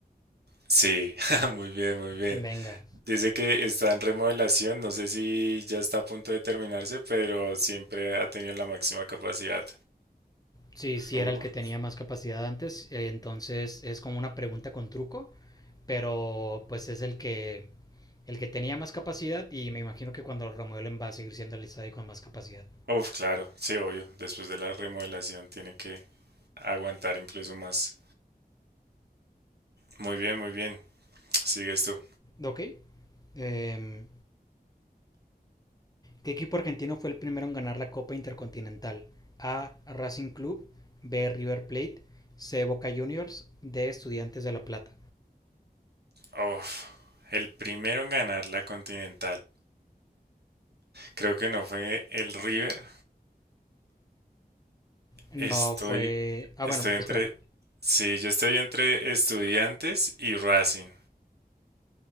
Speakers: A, on the right (about 80°); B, on the left (about 20°).
A: Sí, <laughs> muy bien, muy bien.
B: Venga.
A: Dice que está en remodelación, no sé si ya está a punto de terminarse, pero siempre ha tenido la máxima capacidad.
B: Sí, sí
A: Uf,
B: era el que tenía más capacidad antes, eh, entonces es como una pregunta con truco, pero pues es el que el que tenía más capacidad y me imagino que cuando lo remueven va a seguir siendo el estadio con más capacidad.
A: Uf, claro, sí, obvio. Después de la remodelación tiene que aguantar incluso más. Muy bien, muy bien. Sigues tú.
B: Ok. Eh, ¿Qué equipo argentino fue el primero en ganar la Copa Intercontinental? A. Racing Club, B. River Plate, C. Boca Juniors, D. Estudiantes de La Plata.
A: Uf, el primero en ganar la Continental. Creo que no fue el River.
B: No
A: Estoy,
B: fue... Ah,
A: estoy
B: bueno,
A: entre,
B: espera.
A: sí, yo estoy entre Estudiantes y Racing.